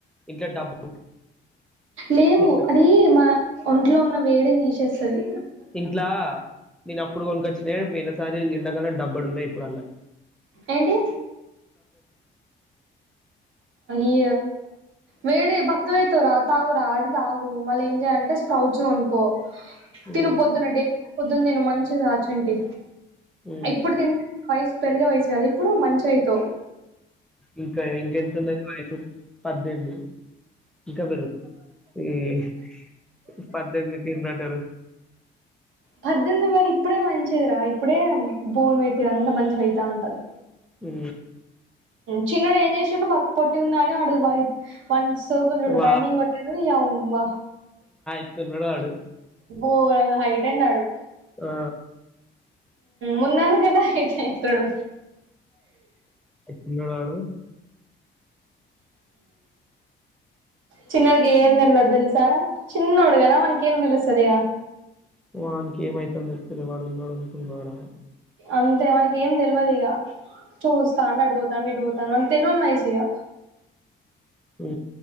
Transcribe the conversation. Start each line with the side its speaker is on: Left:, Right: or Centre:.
Centre: ఇంట్లో డబ్బు
Right: లేవు
Centre: నేను
Right: అది మా ఒంట్లో ఉన్న వేడిని నీసేస్తుంది
Centre: ఇంట్లా నేను అప్పుడు కొనుకొచ్చిన పోయిన సారి ఎండగలని డబ్బడు ఉన్నాయి ఇప్పుడు అల్లా
Right: ఏంటి ఈ వేడే బక్క అవుతవ రా తాగురా అది తాగు మళ్ళీ ఏం చేయంటే స్ప్రౌచ్ కొనుకో
Centre: హ్మ్.
Right: తిను పొద్దున్న డే పొద్దున్న నేను మంచి చ్చంటి
Centre: హ్మ్.
Right: ఇప్పుడు ది వయసు పెరిగా వయసు అది ఇప్పుడు మంచి అవుతావు
Centre: ఇంకా ఇంకెంతంద వయసు పద్దెనిమిది ఇంకా బరువు ఈ పద్దెనిమిది ఎందంటారు
Right: పద్దెనిమిది మరి ఇప్పుడే మంచిదిరా ఇప్పుడే బోన్ పెట్టేది అంత మంచిగా అవుతా ఉంటది
Centre: హ
Right: చిన్నోడు ఏం చేసిండు పొట్టిగున్నావ్ అని సోకుకు చూడు
Centre: వా
Right: రన్నింగ్ కొట్టిండు యవ్వా
Centre: న్నాడు
Right: ోరంగా హైట్ అన్నాడు
Centre: ఆ!
Right: మున్నానికంటా హైట్యి చడు
Centre: ఇంగా దాదు
Right: చిన్నడికి ఏం తెలదు తెలుసారా చిన్నోడు కదా మనక ఏం తెలుస్తుంది ఇక
Centre: వానికి ఏమవుతుంద తెలి వాడుడుకుడ
Right: అంతే మనకి ఏం తెలియదు ఇక చూస్తా అండి అడిగుతాండి అడిపోతాను అని తెలివని వయసు ఇగ
Centre: ఉ